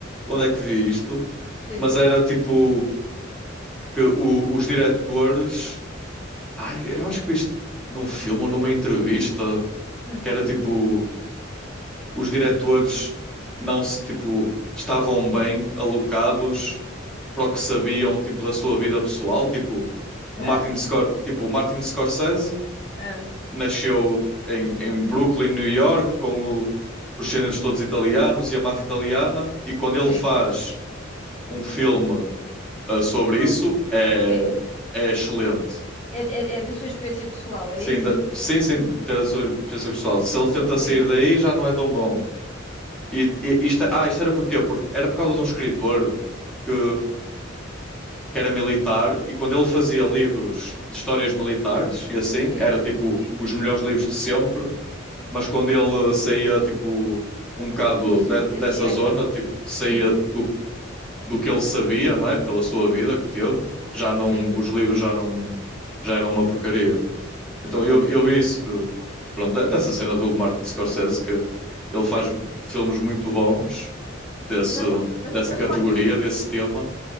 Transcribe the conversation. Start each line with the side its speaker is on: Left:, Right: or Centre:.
Centre: onde é que vi isto,
Left: Sim.
Centre: mas era tipo que o- os diretores. Ai, eu acho que vi isto num filme
Left: Ok.
Centre: ou numa entrevista
Left: Hum.
Centre: que era tipo, os diretores não se, tipo, estavam bem alocados para o que sabiam, tipo, da sua vida pessoal, tipo, o
Left: Ah,
Centre: Martin Scor tipo, o Martin Scorsese
Left: ah,
Centre: nasceu em, em Brooklyn, New York, com o- os géneros todos italianos e a máfia italiana, e quando
Left: sim.
Centre: ele faz um filme ah, sobre
Left: Sou-
Centre: isso, é,
Left: sim.
Centre: é excelente.
Left: É, é, é é da sua experiência pessoal, é
Centre: Sim,
Left: isso?
Centre: da- sem, sem ter a sua preferência pessoal. Se ele tenta
Left: Sim,
Centre: sair daí, já não é tão bom. E, e isto, ah, isto era porquê? Porque era por causa de um escritor que, que era militar e quando ele fazia livros de histórias militares e assim,
Left: sim,
Centre: era tipo
Left: sim.
Centre: os melhores livros de sempre, mas quando ele saía tipo um bocado
Left: Isso,
Centre: de-
Left: desse
Centre: dessa
Left: género.
Centre: zona, tipo, saía
Left: Sim,
Centre: do, do que ele sabia, não é? Pela sua vida que teve, já não,
Left: sim.
Centre: os livros já não, já eram uma porcaria. Então eu, eu vi isso, de- pronto, de- dessa cena do Martin Scorsese, que ele faz filmes muito bons desse,
Left: Então, qual- mas,
Centre: dessa
Left: mas
Centre: categoria,
Left: o Martin Sc- eh,
Centre: desse tema,